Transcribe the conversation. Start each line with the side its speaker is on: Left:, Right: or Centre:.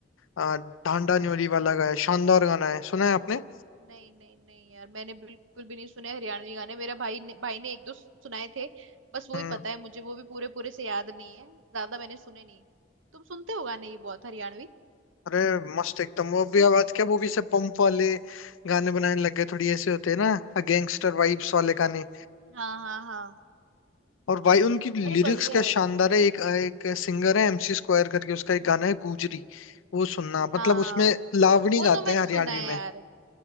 Left: आ, डांडा न्योली वाला गाया शानदार गाना है सुना है आपने
Right: नहीं नहीं नहीं यार मैंने बिल्कुल भी नहीं सुने हरियाणवी गाने मेरा भाई ने भाई ने एक दो सुनाए थे बस वो
Left: हम्म
Right: ही पता है मुझे वो भी पूरे पूरे से याद नहीं है ज्यादा मैंने सुने नहीं तुम सुनते हो गाने ये बहुत हरियाणवी
Left: अरे मस्त एकदम वो भी आवाज क्या वो भी से पंप वाले गाने बनाने लग गए थोड़ी ऐसे होते हैं ना गैंगस्टर वाइब्स वाले गाने
Right: हाँ हाँ हाँ
Left: और भाई उनकी लिरिक्स
Right: अरे बढ़िया
Left: क्या
Right: है
Left: शानदार है एक एक सिंगर है एमसी स्क्वायर करके उसका एक
Right: हम्म
Left: गाना है गुजरी वो सुनना मतलब
Right: हाँ
Left: उसमें लावणी
Right: वो तो
Left: गाते
Right: मैंने
Left: हैं हरियाणवी
Right: सुना है यार
Left: में